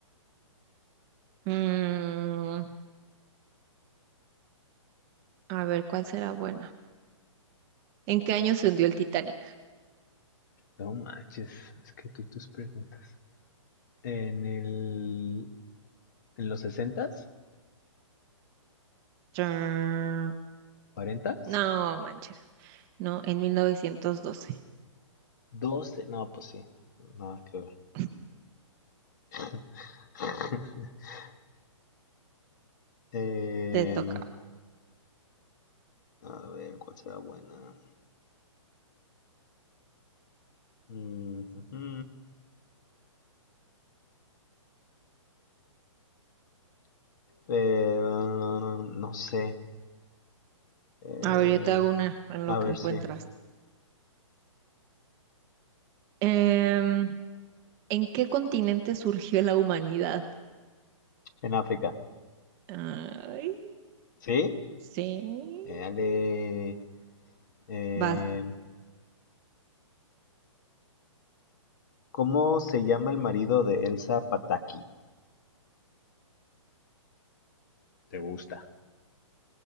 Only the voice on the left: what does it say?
No manches, es que tú y tus preguntas. En el en los sesentas,
cuarentas?
¿12? no, pues sí, nada que ver.
<laughs> Em,
a ver, ¿cuál será buena? Mm, ujú. Eh, no sé. Em,
a
ver,
sí.
En África.
¿Sí?
Eh, ale- em,
¿cómo se llama el marido de Elsa Pataki? ¿Te gusta?